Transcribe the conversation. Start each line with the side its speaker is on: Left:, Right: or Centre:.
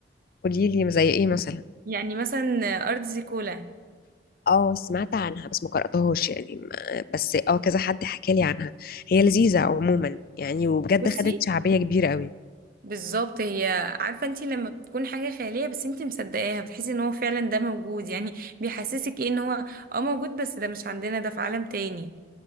Left: قولي لي زي ايه مثلا
Right: يعني مثلا آه، أرض زيكولا
Left: اه سمعت عنها بس ما قرأتهاش يعني ما بس اه كذا حد حكى لي عنها هي لذيذة عموما يعني وبجد
Right: بصي
Left: خدت شعبية كبيرة قوي
Right: بالظبط هي عارفة أنت لما بتكون حاجة خيالية بس أنت مصدقاها بتحسي إن هو فعلا ده موجود يعني بيحسسك إيه إن هو أه موجود بس ده مش عندنا ده في عالم تاني